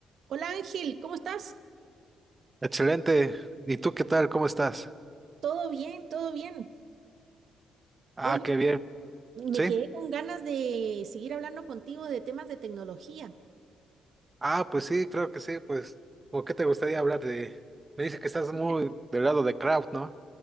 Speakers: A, on the right; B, on the right.
A: Hola Ángel, ¿cómo estás?
B: Excelente. ¿Y tú qué tal? ¿Cómo estás?
A: Todo bien, todo bien.
B: Ah,
A: Oye,
B: qué bien.
A: me
B: ¿Sí?
A: quedé con ganas de seguir hablando contigo de temas de tecnología.
B: Ah, pues sí, creo que sí. Pues, ¿o qué te gustaría hablar de...? Me dice que estás
A: Mira.
B: muy del lado de crowd, ¿no?